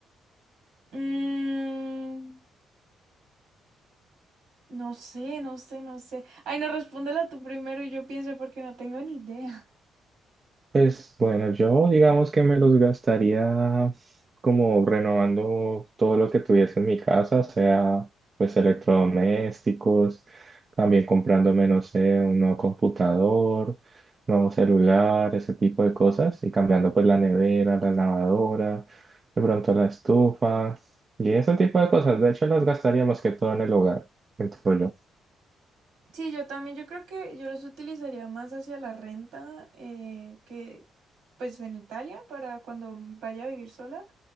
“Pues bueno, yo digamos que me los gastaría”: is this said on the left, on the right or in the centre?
Right